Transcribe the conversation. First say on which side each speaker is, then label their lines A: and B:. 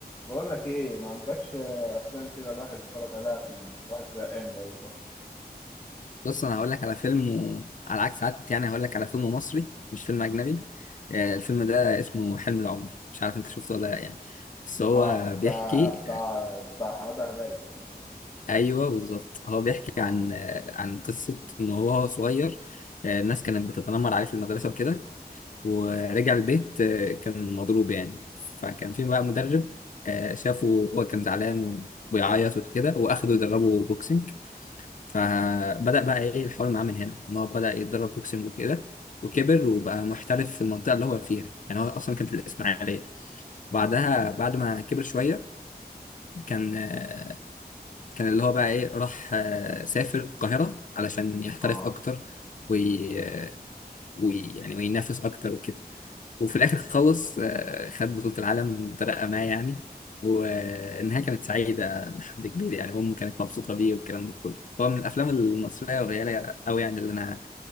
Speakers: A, on the left; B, on the left.
A: بقول لك ايه ما عندكش افلام كده الواحد يتفرج عليها عشان الواحد زهقان بقاله فتره
B: بص انا هقول لك على فيلم و... على عكس عادتي يعني هقول لك على فيلم مصري مش فيلم اجنبي آه، الفيلم ده اسمه حلم العمر مش عارف انت شفته ولا لا يعني بس هو
A: اه
B: بيحكي
A: بتاع بتاع بتاع حماده هلال تقريبا
B: ايوه بالظبط هو بيحكي
A: اه
B: عن آه، عن قصه ان هو وهو صغير آه، الناس كانت بتتنمر عليه في المدرسه وكده ورجع البيت آه، كان مضروب يعني فكان في بقى مدرب آه، شافه هو كان زعلان وبيعيط وكده واخده يدربه بوكسنج فبدأ بقى ايه الحوار معاه من هنا ان هو بدأ يتدرب بوكسنج وكده وكبر وبقى محترف في المنطقة اللي هو فيها يعني هو أصلا كان في الإسماعيلية بعدها بعد ما كبر شوية كان آه، كان اللي هو بقى ايه راح آه، سافر القاهرة علشان يحترف
A: اه
B: أكتر وي... آه، وي... يعني وينافس أكتر وكده وفي الاخر خلص آه، خد بطولة العالم بطريقة ما يعني والنهاية كانت سعيدة لحد كبير يعني أمه كانت مبسوطة بيه والكلام ده كله هو من الأفلام المصرية القليلة أوي يعني اللي أنا